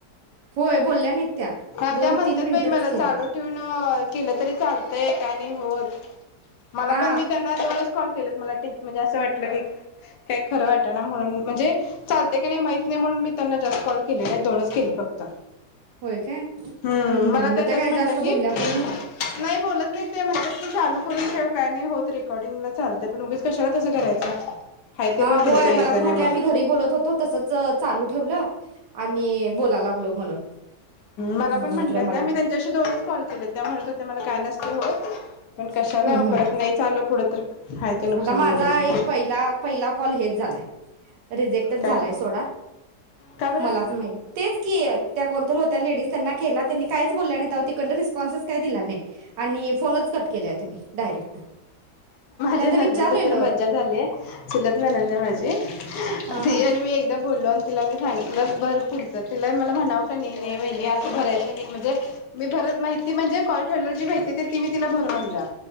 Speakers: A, on the right (about 85°); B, on the left (about 80°).
A: होय बोलल्या नाहीत त्या
B: हा
A: दोन
B: त्या म्हणत्यात
A: तीन मिनिटच
B: बाई मला
A: केले
B: चालू ठेवून केलं तरी चाल व्हय काय नाय होत. मला
A: हा
B: पण मी त्यांना दोनच कॉल केलेत मला तेच म्हणजे असं वाटलं की का खरं वाट ना म्हणून म्हणजे चालतय का नाही माहित नाही म्हणून मी त्यांना जास्त कॉल केले नाहीत दोनच केले फक्त
A: होय काय
B: हूं
A: हम्म
B: मला
A: हम्
B: त्या
A: मग
B: त्याच
A: काय
B: म्हटलं
A: जास्त
B: की
A: बोलल्या पण नाही
B: नाही बोलत नाही ते म्हणत्यात की चालू करून ठेव काय नाई होत रेकॉर्डिंगला चालतय पण उगीच कशाला तंस करायचं. हाय ते
A: हा
B: पण पुढचं
A: होय
B: यायचं
A: मला पण म्हटलं
B: नाही मग.
A: आम्ही घरी बोलत होतो तसच चालू ठेवलं आणि बोलालाव लो म्हणून
B: मला पण
A: मी
B: म्हणल्या
A: म्हटलं मला
B: त्या मी त्यांच्याशी दोनच कॉल केले त्या म्हणत होत्या....... ते मला काय नसत हो... पण कशाला
A: हम्म हम्
B: परत नाही चालं पुढं तर हाय ते नुकसान
A: आता माझा
B: करून घ्यायचं
A: एक पहिला पहिला कॉल हेच झालाय.... रिजेक्टच
B: काय
A: झालाय सोडा
B: का बरं?
A: मला असं माही तेच की त्या कोणत तर होत्या लेडीज त्यांना केला त्यांनी काहीच बोलल्या नाही त्या त कंड रिस्पॉन्सच काय दिला नाही आणि फोनच कट केले त्यांनी डायरेक्ट.......
B: नंदेची
A: विचारलेलं
B: तर मज्जाच आली चुलत नणंद ये माझी...... <inaudible>
A: हा
B: ते
A: हा
B: एरव्ही एकदम...... बोललो आणि तिला मी सांगितलं भर पुढचं तिला मला म्हणावं का नाही वाहिनी असं भरायचं नाही म्हणजे मी भरत नाहीत म्हणजे कॉल ठेव जी माहितीे ती मी तिला भर म्हणलं.